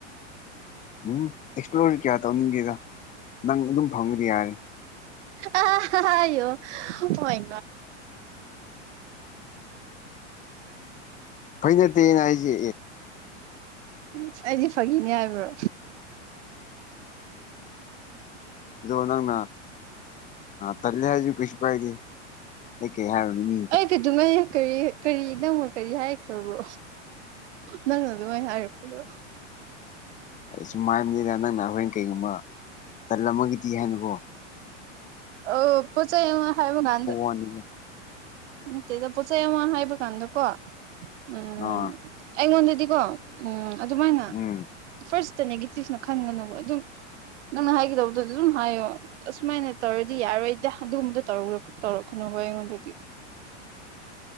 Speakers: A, on the left; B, on the right.
A: ꯎꯝ ꯑꯦꯛꯁꯄ꯭ꯂꯣꯔꯁꯨ ꯀꯌꯥ ꯇꯧꯅꯤꯡꯗꯦꯗ ꯅꯪ ꯑꯗꯨꯝ ꯐꯪꯉꯗꯤ ꯌꯥꯔꯦ
B: ꯑꯣ ꯍꯣꯏ
A: ꯐꯥꯒꯤ ꯅꯠꯇꯦ ꯑꯩꯅ ꯍꯥꯏꯁꯦ
B: ꯎꯝ ꯑꯩꯗꯤ ꯐꯥꯒꯤꯅꯦ ꯍꯥꯏꯕ꯭ꯔꯣ
A: ꯑꯗꯣ ꯅꯪꯅ ꯇꯜꯂꯦ ꯍꯥꯏꯁꯨ ꯀꯩꯁꯨ ꯀꯥꯏꯗꯦ ꯑꯩ ꯀꯩ ꯍꯥꯏꯔꯨꯅꯤ ꯃꯤ
B: ꯑꯩꯗꯤ ꯑꯗꯨꯉꯩ ꯀꯔꯤ ꯀꯔꯤ ꯅꯪꯕꯨ ꯀꯔꯤ ꯍꯥꯏꯈ꯭ꯔꯕꯣ ꯅꯪꯅ ꯑꯗꯨꯃꯥꯏ ꯍꯥꯏꯔꯛꯄꯗ
A: ꯁꯨꯝ ꯍꯥꯏꯕꯅꯤꯅ ꯅꯪꯅ ꯍꯣꯔꯦꯟ ꯀꯩꯒꯨꯝꯕ ꯇꯜꯂꯝꯃꯒꯗꯤ ꯍꯥꯏꯅꯕꯣ
B: ꯑꯣ ꯄꯣꯠ ꯆꯩ ꯍꯥꯏꯕ ꯉꯝꯗꯦ
A: ꯅꯤꯦ <unintelligible>
B: ꯅꯠꯇꯦꯗ ꯄꯣꯠꯆꯩ ꯑꯃ ꯍꯥꯏꯕ ꯀꯥꯟꯗꯀꯣ ꯎꯝ
A: ꯑꯥ
B: ꯑꯩꯉꯣꯟꯗꯗꯤꯀꯣ ꯎꯝ ꯑꯗꯨꯃꯥꯏꯅ
A: ꯎꯝ
B: ꯐꯥꯔꯁꯇ ꯅꯦꯒꯦꯇꯤꯞꯅ ꯈꯟꯒꯅꯨꯕ ꯑꯗꯨꯝ ꯅꯪꯅ ꯍꯥꯏꯒꯗꯕꯗꯨꯗꯤ ꯑꯗꯨꯝ ꯍꯥꯏꯌꯣ ꯑꯁꯨꯃꯥꯏꯅ ꯇꯧꯔꯗꯤ ꯌꯥꯔꯣꯏꯗ ꯑꯗꯨꯒꯨꯝꯕꯗꯣ ꯇꯧꯔꯛꯀꯅꯣꯕ ꯑꯩꯉꯣꯟꯗꯗꯤ